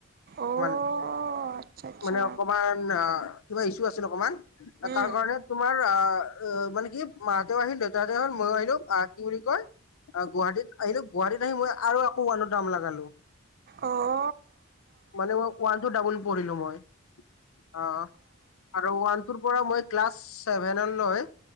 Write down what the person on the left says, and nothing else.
মানে
মানে অকমান অ অ অ কিবা ইসু আছিল অকমান
তাৰ কাৰণে তোমাৰ আহ আহ আহ অ মানে কি মাহঁতেও আহিল দেউতাহঁতে আহিল মইও আহিলো আহ কি বুলি কয় অ গুৱাহাটীত আহিলো গুৱাহাটীত আহি মই আৰু আকৌ উৱানত নাম লাগাল।
মানে মই ওৱান-টু ডাবল পঢ়িলো মই। অ অ অ আৰু ওৱান-টুৰ পৰা মই ক্লাছ ছেভেনলৈ